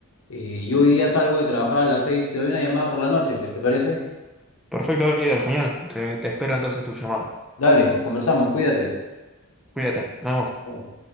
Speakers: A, on the left (about 75°); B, in the centre.
A: Eh, yo hoy día salgo de trabajar a las seis. Te doy una llamada por la noche, pues, ¿te parece?
B: Perfecto, Oliver, genial. Te, te espero entonces tu llamado.
A: Dale, conversamos, cuídate.
B: Cuídate, nos vemos.
A: Chao.